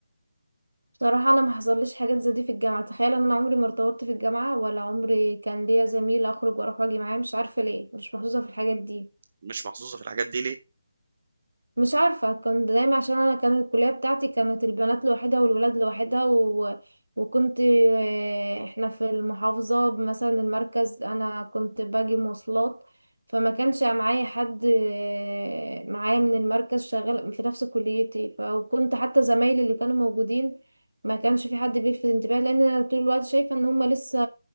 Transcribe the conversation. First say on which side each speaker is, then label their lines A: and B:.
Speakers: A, on the right; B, on the right.
A: بصراحة أنا ما حصليش حاجات زي دي في الجامعة تخيل أنا عمري ما ارتبطت في الجامعة ولا عمري كان ليا زميل أخرج وأروح وأجي معاه مش عارفة ليه مش محظوظة في الحاجات دي
B: مش محظوظه في الحاجات دي ليه
A: مش عارفة كان دايما عشان أنا كانت الكلية بتاعتي كانت البنات لوحدها والولاد لوحدها و... وكنت آه، احنا في المحافظة مثلا المركز أنا كنت باجي مواصلات فما كانش معايا حد آه، معايا من المركز شغال في نفس كليتي فكنت حتى زمايلي اللي كانوا موجودين ما كانش في حد بيلفت انتباه لأن أنا طول الوقت شايفة إن هما لسه